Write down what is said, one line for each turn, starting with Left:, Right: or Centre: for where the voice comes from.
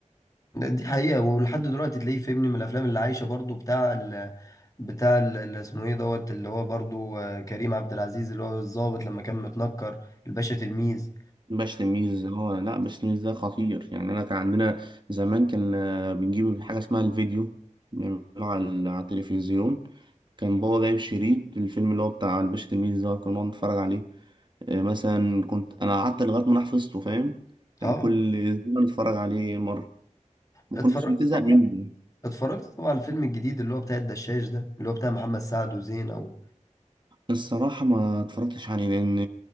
Left: دي حقيقة ولحد دلوقتي تلاقيه فهمني من الافلام اللي عايشة برضو بتاع ال بتاع ال- اللي اسمه ايه دوت اللي هو برضو آه، كريم عبد العزيز اللي هو الضابط لما كان متنكر الباشا تلميذ
Right: باش تلميذ اه لا باش تلميذ ده خطير يعني أنا كان عندنا زمان كان آه، بنجيب حاجة اسمها الفيديو بنعمله على ال- على التلفزيون كان بابا جايب شريط الفيلم اللي هو بتاع الباشا تلميذ ده كنا بنقعد نتفرج عليه آه، مثلا كنت أنا قعدت لغاية ما أنا حفظته فاهم كان
Left: اه
Right: كل أسبوع نتفرج عليه مرة ما
Left: اتفرجت
Right: كنتش بتزهق
Left: طبعا
Right: منه
Left: اتفرجت طبعا على الفيلم الجديد اللي هو بتاع الدشاش ده اللي هو بتاع محمد سعد وزينة و...
Right: الصراحة ما اتفرجتش عليه لأن